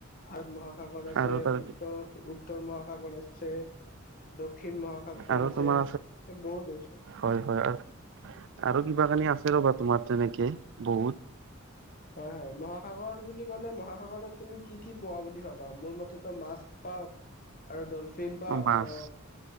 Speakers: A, on the left; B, on the right.
A: ভাৰত মহাসাগৰ আছে,
B: আৰু তাৰ
A: উত্তৰ উত্তৰ মহাসাগৰ আছে, দক্ষিণ মহা সাগৰ
B: আৰু
A: আছে,
B: তোমাৰ
A: এ বহুত আছে।
B: হয় হয়, আৰু কিবা আছে তোমাৰ তেনেকে বহুত।
A: হয় হয়, মহাসাগৰ বুলি ক'লে মহাসাগৰত তুমি কি কি পোৱা বুলি ভাবা? মোৰ মতেটো মাছ, পাওঁ, আৰু ডলফিন পাওঁ
B: মাছ
A: আৰু